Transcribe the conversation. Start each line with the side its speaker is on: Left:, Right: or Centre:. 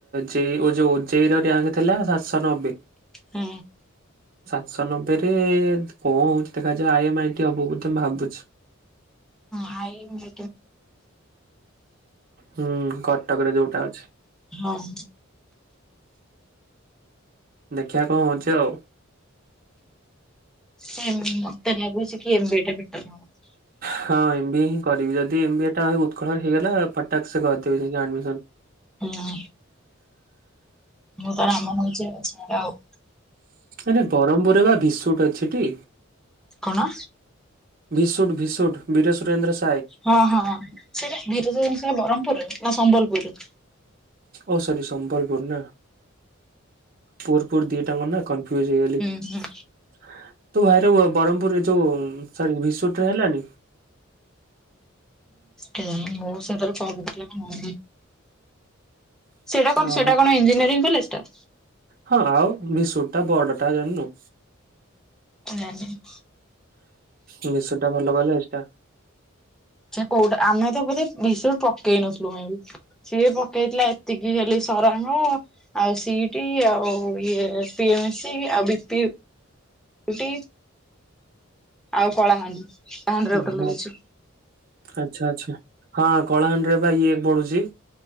Right: ଜେ ଇ ଯୋଉ ଓ ଜେ ଇ ର ରିଆଙ୍କ ଥିଲା ସାତଶହ ନବେ।
Centre: ହୁଁ।
Right: ସାତଶ ନବେ ରେ କଂ ହଉଛି ଦେଖାଯାଉ ଆଇ ଏମ ଆଇ ଟି ହବ ବଧେ ମୁ ଭାବୁଚି।
Centre: <unintelligible>
Right: ହୁଁ କଟକରେ ଯୋଉଟା ଅଛି
Centre: ହଁ।
Right: ଦେଖିଆ କଂ ହୋଉଚି ଆଉ।
Centre: ହୁଁ ମତେ ଲାଗୁଚି କିି ଏମ୍ ବି ଏ ଟା ବେଟର ହବ।
Right: ହଁ ଏମ ବି ଏ ହିଁ କରିବି ଯଦି ଏମ ବି ଟା ଉତ୍କଳ ହେଇଗଲା ପଟାକ୍ ସେ କରିଦେବି ଯାଇକି ଆଡ୍ ମିସନ।
Centre: ହଁ। ମୁଁ ତ ରାମ <unintelligible> ଆଉ।
Right: ଆରେ ବରହ୍ମପୁରରେ ବା ଭିସୁଟ୍ ଅଛିଟି।
Centre: କଣ?
Right: ଭିସୁଟ୍ ଭିସୁଟ୍ ବୀରେ ସୁରେନ୍ଦ୍ର ସ
Centre: ହଁ ହଁ ସେଇଟା <unintelligible> ବରହ୍ମପୁରରେ ନା ସମ୍ବଲପୁରରେ।
Right: ଓ ସରି ସମ୍ବଲପୁର ନା ପୁର ପୂର୍ ଦିଟାଙ୍କ ନା କ କନ୍ଫିଉଜ ହେଇଗଲି
Centre: ହୁଁ
Right: ତୋ
Centre: ହୁଁ
Right: ଭାଇର ବରହ୍ମପୁରରେ ଯୋଉ ସରି ଭିଶୁଟ୍ ରେ ହେଲାନି।
Centre: କେୟାଣି ମୋ ସେଣ୍ଟର କ ପଡିଥିଲା। ଓ ସେଇଟା କଣ
Right: ଓହୋ।
Centre: ସେଇଟା କଣ ଇଞ୍ଜିନିୟରିଂ କଲେଜ ଟା।
Right: ହଁ ଆଉ ଭିସୁଟ ଟା ବଡ଼ ଟା ଜାଣିନୁ।
Centre: ମୁଁ ଜାଣିନେଇ।
Right: ଭିଶୁଟ ଟା ଭଲ କଲେଜ ଟା।
Centre: ସେ କୋଉଠା ଆମେ ତ ବୋଧେ ଭୀଷୁ ପକେଇ ନଥିଲୁ କାଇଁି ସିଏ ପକେଇଥିଲା ଏ ଏତିକି ହେଲି ସରାଙ୍ଗ ଆଉ ସି ଇ ଟି ଆଉ ଇଏ ପି ଏମ ସି ଆଉ ବି ପି ପି ଟି। ଆଉ କଳାହାଣ୍ଡି। କଳାହାଣ୍ଡିରେ
Right: ଓହୋ
Centre: ଗୋଟେ ଲଗେଇଛି
Right: ଆଚ୍ଛା ଆଛା ହଁ କଳାହାଣ୍ଡିରେ ବା ଇଏ ପଢୁଛି।